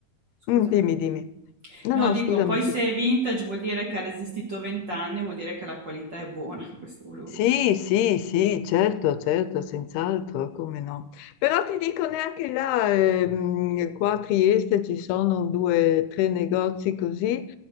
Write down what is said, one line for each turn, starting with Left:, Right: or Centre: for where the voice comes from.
Right: Scusami.
Left: Mm, Dimmi, dimmi. No,
Right: No,
Left: no,
Right: dico,
Left: scusami
Right: poi
Left: tu.
Right: se è vintage vuol dire che ha resistito 20 anni, vuol dire che la qualità è buona, <laughs> questo volevo
Left: Sì,
Right: dire.
Left: sì, sì, certo, certo, senz'altro, come no. Però ti dico neanche là, ehm, qua a Trieste ci sono due, tre negozi così,